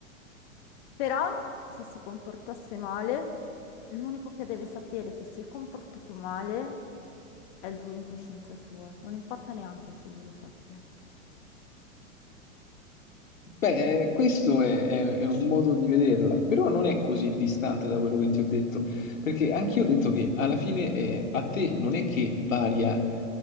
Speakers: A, on the left; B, on the left.
A: però se si comportasse male, l'unico che deve sapere che si è comportato male è lui in coscienza sua, non importa neanche se io lo sappia.
B: Beh, eh, questo è, è- è un modo di vederla, però non è così distante da quello che ti ho detto, perché anch'io ho detto che alla fine eh, a te non è che varia